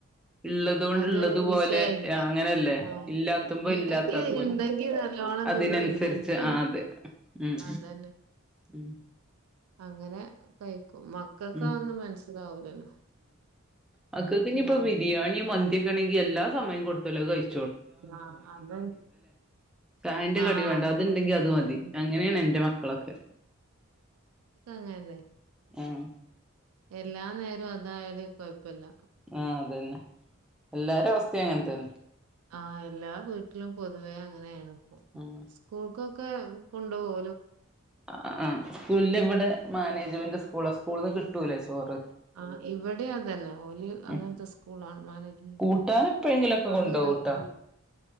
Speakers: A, in the centre; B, on the right.
A: ഇള്ളത് കൊണ്ട്
B: അതൊരു
A: ഇള്ളത് പോലെ
B: വിഷയില്ല
A: ആ അങ്ങനെയല്ലേ
B: ആ
A: ഇല്ലാത്തുമ്പോ
B: ഇണ്ടെങ്കി
A: ഇല്ലാത്ത അതുപോലെ
B: ഇണ്ടെങ്കി നല്ലോണം
A: അതിനനുസരിച്ച്
B: തിന്നും ഇല്ലെങ്കിൽ
A: ആ അതെ ഉം
B: അതന്നെ
A: ഉം
B: അങ്ങനെ കഴിക്കും മക്കൾക്ക്
A: ഉം
B: അതൊന്നും മനസ്സിലാവൂലല്ലോ
A: മക്കൾക്ക്‌ ഇനിപ്പോ
B: ഞമ്മക്ക്
A: ബിരിയാണി മന്തിയക്കണെങ്കി എല്ലാ സമയം കൊടുത്ത ത്താലും അതു കഴി
B: ആഹ അത
A: ചായന്റെ
B: ആഹ
A: കടി വേണ്ട
B: അങ്ങനെ
A: അതുണ്ടെങ്കി അത്
B: ഇദൊക്കെ
A: മതി അങ്ങനെയാണ് എന്റെ മക്കളൊക്കെ
B: അങ്ങനെന്നെ
A: ആഹ്
B: എല്ലാ നേരവും അതായല് കൊഴപ്പില്ല
A: ആഹ അതന്നെ എല്ലാരും അവസ്ഥ അങ്ങനെത്തന്നെ
B: ആഹ എല്ലാ വീട്ട ട്ടിലും പൊതുവെ അങ്ങനെയാണ് ഇപ്പോ
A: ഉം
B: സ്കൂൾക്ക്‌ ഒക്കെ കൊണ്ടോകോ
A: ആഹ് സ്കൂളിൽ ഇവിടെ മാനേജ്മെന്റ് സ്കൂള സ്കൂൾന്ന് കിട്ടൂലെ ചോറ്
B: ആ ഇവിടെ അതന്നെ ഓലി
A: ഉം
B: അങ്ങനത്തെ സ്കൂളാണ് മാനേജ്മെന്റ്
A: കൂട്ടാൻ എപ്പോഴെങ്കിലൊക്കെ
B: അവിടുന്ന്
A: കൊണ്ടോവുട്ടോ
B: കഴിക്കൽ